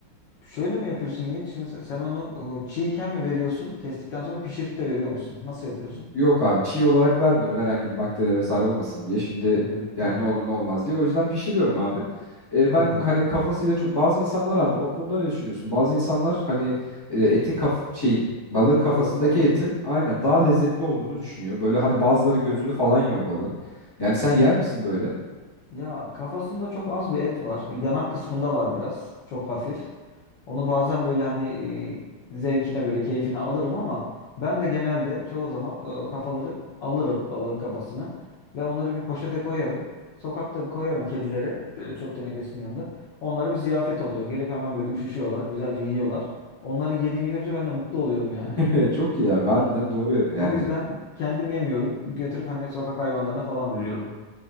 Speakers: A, on the left; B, on the left.
A: Şöyle mi yapıyorsun Yiğit? Şimdi sen sen onu e, çiğken mi veriyorsun? Kestikten sonra pişirip de veriyor musun? Nasıl yapıyorsun?
B: Yok abi çiğ olarak vermiyorum herhangi bir bakteri vesaire olmasın diye. Şimdi
A: Hmm,
B: yani
A: tamam.
B: ne olur ne olmaz diye. O yüzden pişiriyorum abi. E,
A: Anladım.
B: ben hani kafasıyla çok bazı insanlar abi o konuda ne düşünüyorsun? Bazı insanlar hani e, etin kaf şeyin balığın kafasındaki
A: Balığın kafasını.
B: etin aynen daha lezzetli olduğunu düşünüyor. Böyle hani bazıları gözünü falan yiyor balığın. Yani sen yer misin böyle?
A: Ya kafasında çok az bir et var. Yanak kısmında var biraz. Çok hafif. Onu bazen böyle hani e, zevkine böyle keyfine alırım ama ben de genelde çoğu zaman e, o kafaları alırım balığın kafasını ve onları bir poşete koyarım. Sokakta koyarım kedilere e, çöp tenekesinin yanında. Onlara bir ziyafet oluyor. Gelip hemen böyle üşüşüyorlar, güzelce yiyorlar. Onların yediğini görünce ben de mutlu oluyorum
B: <laughs>
A: yani.
B: Çok iyi abi harbiden doğru yani
A: O yüzden kendim yemiyorum. Götürüp hani sokak hayvanlarına falan veriyorum.